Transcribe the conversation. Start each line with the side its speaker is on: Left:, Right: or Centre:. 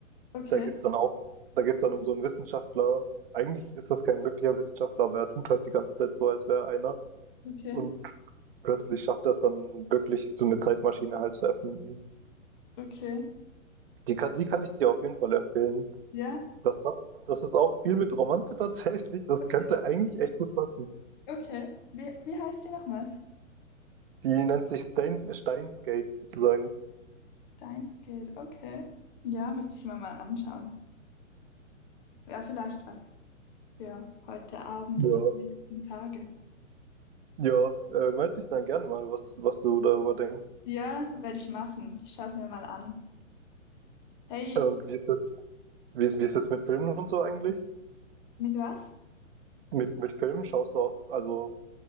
Left: okay,
Right: Da geht's dann auch, da geht's dann um so einen Wissenschaftler. Eigentlich ist das kein wirklicher Wissenschaftler, aber er tut halt die ganze Zeit so, als wäre er einer.
Left: okay,
Right: Und plötzlich schafft er es dann wirklich, so eine Zeitmaschine halt zu erfinden.
Left: okay,
Right: Die kann, die kann ich dir auf jeden Fall empfehlen.
Left: ja,
Right: Das hat, das ist auch viel mit Romanze tatsächlich. Das
Left: okay,
Right: könnte eigentlich echt gut passen.
Left: okay. Wie, wie heißt die nochmals?
Right: Die nennt sich Stein, Steinsgate sozusagen.
Left: Deimsgate, okay. Ja, müsste ich mir mal anschauen. Wäre vielleicht was für heute Abend
Right: Ja.
Left: oder die nächsten Tage.
Right: Ja, äh, melde dich dann gerne mal, was, was du darüber denkst.
Left: Ja, werde ich machen. Ich schaue es mir mal an. Hey,
Right: Äh, Und wie ist das, wie ist, wie ist das mit Filmen und so eigentlich?
Left: mit was?
Right: Mit, mit Filmen schaust du auch, also,